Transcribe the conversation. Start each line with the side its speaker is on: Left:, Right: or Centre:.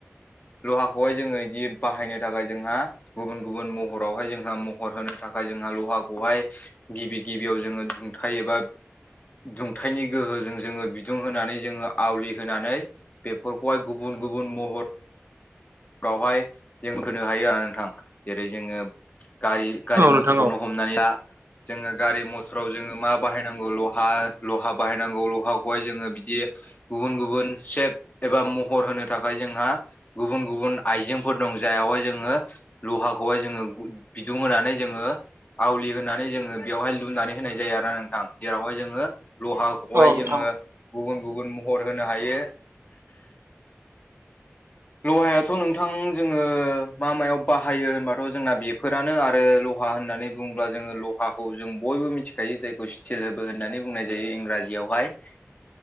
Left: लहाखौहाय जोङो बिदि बाहायनो थाखाय जोंहा गुबुन गुबुन महरावहाय जोंहा महर होनो थाखाय जोंहा लहाखौहाय गिबि गिबियाव जोङो दुंथाय एबा दुंथायनि गोहोजों जोङो बि दुं होनानै जोङो आवलि होननानै गुबन गुबुन महर फ्रावहाय जों होनो हायो आरो नोंथां जेरै जोङो गारि गारि
Right: औ नोंथां
Left: मथरखौनो
Right: औ
Left: हम हमनानै ला जोङो गारि मथराव जोङो मा बाहायनांगौ लहा लहा बाहायनांगौ लहाखौहाय जोङो बि दि गुबुन गुबुन सेब एबा महर होनो थाखाय जोंहा गुबुन गुबुन आइजेंफोर दं जाय यावहाय जोङो लहाखौहाय जोङो बिदुं होनानै जोङो आवलि होनानै जोङो बेवहाय लुनानै होनाय जायो आरो ना नोंथां जेरावहाय जोङो लहा खौहाय
Right: औ नोंथां
Left: जोङो गुबुन गुबुन महर होनो हायो लहायाथ' नोंथां जोङो मा मायाव बाहायो होनबाथ' जोंना बेफोरानो आरो लहा होननानै बुङोब्ला जोङो लहाखौ जों बयबो मिथिखायो जायखौ <unintelligible> होननानै बुंनाय जायो इंराजियावहाय